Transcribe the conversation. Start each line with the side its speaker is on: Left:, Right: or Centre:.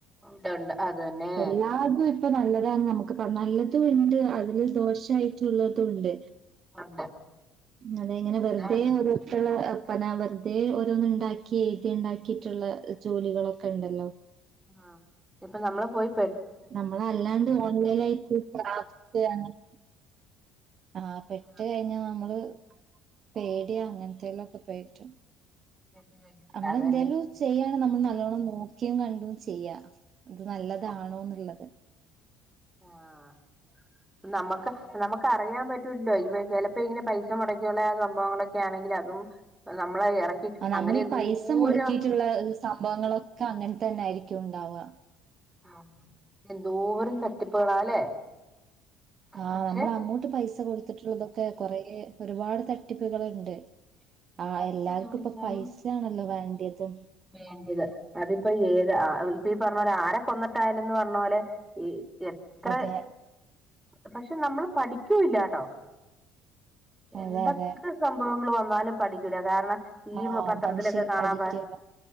Centre: ഉണ്ട് ഉണ്ട് അത് തന്നെ
Right: എല്ലാര്തും ഒര് ഇപ്പ നല്ലതാന്ന് നമ്മുക്ക് പറ നല്ലതും ഇണ്ട് അതില് ദോഷായിട്ട് ഇള്ളതും ഇണ്ട്
Centre: ഉണ്ട്
Right: അതെ ഇങ്ങനെ വെറ്തെ
Centre: അതാണ്
Right: ഒരു <unintelligible> വെറുതെ ഓരോന്ന് ഇണ്ടാക്കി എയ്തി ഉണ്ടാക്കിയിട്ടുള്ള ജോലികളൊക്കെ ഇണ്ടല്ലോ
Centre: ആ ഇപ്പ നമ്മള് പോയി പെ
Right: നമ്മളല്ലാണ്ട് ഓൺലൈനായിട്ട് <unintelligible> ആ പെട്ട്
Centre: ആഹ്
Right: കഴിഞ്ഞാ നമ്മള് പേടിയാ അങ്ങനത്തേലൊക്കെ പോയിറ്റ്
Centre: പെട്ട് കഴിഞ്ഞിട്ടുണ്ട്
Right: അമ്മള്
Centre: അത്
Right: എന്തേലും
Centre: തന്നെ
Right: ചെയ്യാണ് നമ്മൾ നല്ലോണ്ണം നോക്കി ക്കിം കണ്ടും ചെയ്യാ അത് നല്ലതാണോന്ന്
Centre: ചെയ്യണം
Right: അതെ
Centre: ആഹ് നമ്മക്ക് നമ്മക്ക് അറിയാൻ പറ്റൂലല്ലോ ഇപ്പൊ ചിലപ്പോ ഇങ്ങനെ പൈസ മുടക്കിയുള്ള ആ സംഭവങ്ങളൊക്കെ ആണെങ്കിൽ അതും നമ്മളെ ഇറക്കി
Right: ആഹ് നമ്മളീ
Centre: അങ്ങനെ എന്തോരം
Right: പൈസ മുടക്കിയിട്ടുള്ള സംഭവങ്ങളൊക്കെ അങ്ങനെ തന്നെ ആയിരിക്കും ഉണ്ടാവാ
Centre: ആഹ് എന്തോരം തട്ടിപ്പുകളാല്ലേ?
Right: ആഹ്
Centre: പക്ഷെ
Right: നമ്മൾ അങ്ങോട്ട് പൈസ കൊടുത്തിട്ടുള്ളതൊക് ക്കെ കൊറെ ഒരുപാട് തട്ടിപ്പുകളുണ്ട്.
Centre: എന്തൊക്കെ
Right: ആഹ് എല്ലാർക്കും
Centre: കാണിച്ചാലും
Right: ഇപ്പൊ പൈസയാണല്ലോ വേണ്ടിയത്
Centre: വേണ്ടിയത് അതിപ്പോ ഏത് ആഹ് ഇപ്പ ഈ പറഞ്ഞ പോലെ ആരെ കൊന്നിട്ടായാലെന്ന് പറഞ്ഞ പോലെ ഈ എത്ര
Right: അതെ
Centre: പക്ഷെ നമ്മള് പഠിക്കൂല്ലാട്ടോ എന്തൊക്കെ
Right: അതെ അതെ
Centre: സംഭവം ങ്ങള് വന്നാലും പഠിക്കൂല്ല കാരണം ഈ
Right: ആ
Centre: പത്രത്തിലൊക്കെ
Right: മനുഷ്യര്
Centre: കാണാൻ
Right: പഠിക്കില്ല